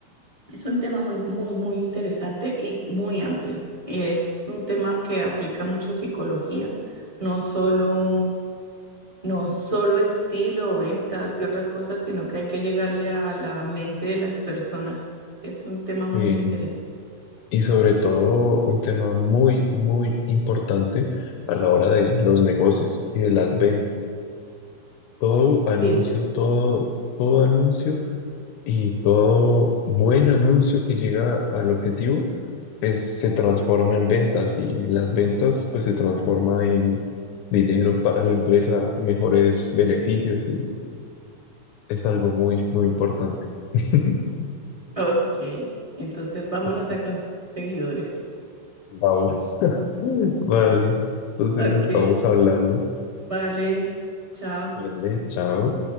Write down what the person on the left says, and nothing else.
Sí.
Y sobre todo un tema muy, muy importante a la hora de los negocios y de las ventas. Todo anuncio,
todo, todo anuncio y todo buen anuncio que llega al objetivo es, se transforma en ventas y las ventas pues se transforma en dinero para la empresa, mejores beneficios es algo muy, muy importante. <laughs>
Eh,
Vamos. <laughs> Vale, entonces
estamos hablando.
Vale, chao.